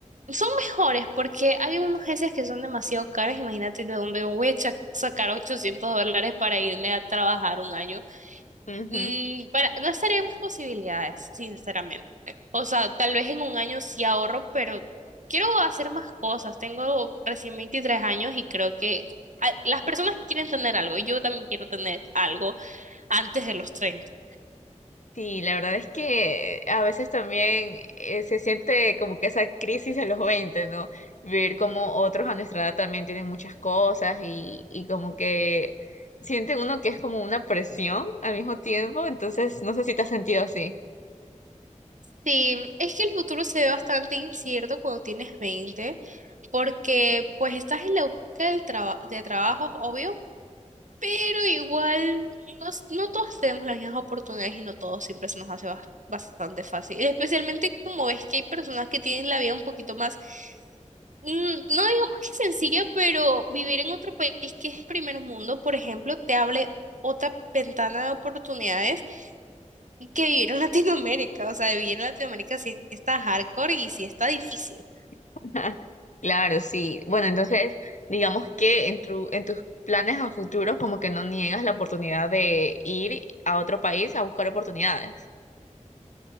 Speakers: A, on the right (about 75°); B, on the left (about 70°).
A: son mejores porque hay unas agencias que son demasiado caras. Imagínate de dónde voy a cha- sacar 800 dólares para irme a trabajar un año
B: Ujú.
A: Mm, para, no estaría en mis posibilidades, sinceramente. O sea, tal vez en un año sí ahorro, pero quiero hacer más cosas. Tengo recién 23 años y creo que a- las personas quieren tener algo. Yo también quiero tener algo antes de los treinta
B: Sí, la verdad es que a veces también eh, se siente como que esa crisis a los 20, ¿no? Ver como otros a nuestra edad también tienen muchas cosas y, y como que siente uno que es como una presión al mismo tiempo, entonces no sé si te has sentido así.
A: Sí, es que el futuro se ve bastante incierto cuando tienes 20 porque pues estás en la búsqueda del traba- de trabajo, obvio, Pero igual, no, s- no todos tenemos las mismas oportunidades y no todos siempre se nos hace bas- bastante fácil. Especialmente como ves que hay personas que tienen la vida un poquito más, mm, no digamos que sencilla, pero vivir en otro país que es primer mundo, por ejemplo, te abre otra ventana de oportunidades que vivir en <laughs> Latinoamérica. O sea, vivir en Latinoamérica sí está hardcore y sí está difícil.
B: <laughs> Claro, sí. Bueno, entonces digamos que en tu, en tus planes a futuro como que no niegas la oportunidad de ir a otro país a buscar oportunidades.